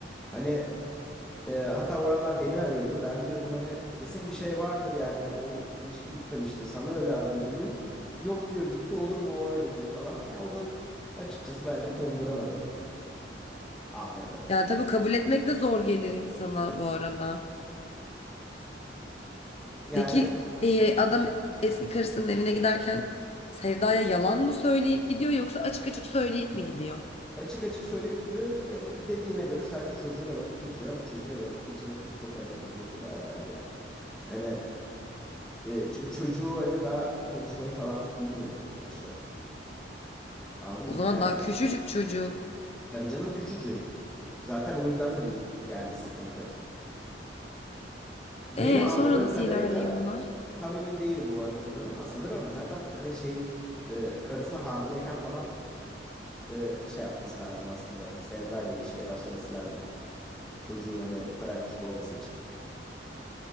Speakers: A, in the centre; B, on the left (about 35°).
A: Hani e, hatta oralar beni arıyordu. Ben diyordum hani kesin bir şey vardır yani. O ilişki bitmemiştir. Sana öyle addediliyor. Yok diyor bitti olur mu o öyle diyor falan. Yani o da açıkçası bence konduramadı <laughs> Ahmet'e.
B: ya tabii kabul etmek de zor gelir insana bu arada.
A: Yani
B: Peki e, adam eski karısının evine giderken Sevda'ya yalan mı söyleyip gidiyor yoksa açık açık söyleyip mi gidiyor?
A: Açık açık söyleyip gidiyor. E, dediğine göre sadece çocuğuyla vakit geçiriyor ama çocuğuyla vakit geçirmek için çok hani uzun sürer bence. Hani e, çünkü çocuğu hani daha konuşmayı falan bilmiyor sonuçta. Anladın mı?
B: O zaman
A: Yani
B: daha küçücük çocuk.
A: tabii canım küçücük. Zaten o yüzden de büyük bir yani sıkıntı. Benim
B: E
A: anladığım
B: sonra nasıl
A: kadarıyla
B: ilerliyor olay?
A: tam emin değilim bu arada buradan ama sanırım zaten hani şey e, karısı hamileyken falan e, şey yapması lazım aslında. Sevda ile ilişkiye başlaması lazım. Çocuğun hani o kadar küçük olması için.